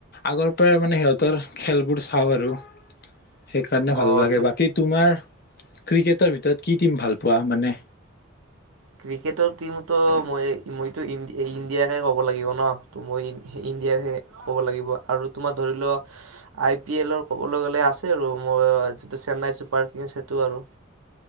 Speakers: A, on the left; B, on the right.
A: আগৰ পৰাই মানে সিহঁতৰ খেলবোৰ চাওঁ আৰু সেইকাৰণে ভাল
B: অ
A: লাগে
B: তুমি
A: বাকী তোমাৰ, ক্ৰিকেটৰ ভিতৰত কি টিম ভাল পোৱা মানে?
B: ক্ৰিকেটৰ টিমতো মই মইতো ইণ্ডিয়াকে ক'ব লাগিব ন', মই ইণ্ডিয়াকে ক'ব লাগিব। আৰু তোমাৰ ধৰি লোৱা আই পি এলৰ ক'বলৈ গ'লে আছে আৰু মই যিটো চেন্নাই চুপাৰ কিংছ সেইটো আৰু